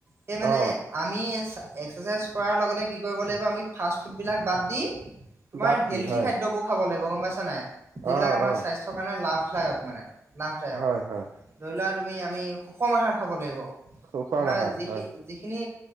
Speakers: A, on the right (about 40°); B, on the right (about 60°).
A: সেই মানে
B: অ
A: আমি এক্সাৰচাইজ কৰাৰ লগতে কি কৰিব লাগিব, আমি ফাষ্ট ফুডবিলাক বাদ দি- তোমাৰ
B: বাদ
A: হেল্থি
B: দি হয়
A: খাদ্যযবোৰ খাব লাগিব, গম পাইছা নাই যিবিলাক
B: অ
A: আমাৰ
B: অ
A: স্বাস্থ্যৰ কাৰণে লাভদায়ক মানে লাভদায়ক,
B: হয় হয়
A: ধৰি লোৱা তুমি আমি সুষম আহাৰ খাব লাগিব তোমাৰ
B: সুষম আহাৰ
A: যিখিন
B: হয়
A: -যিখিনি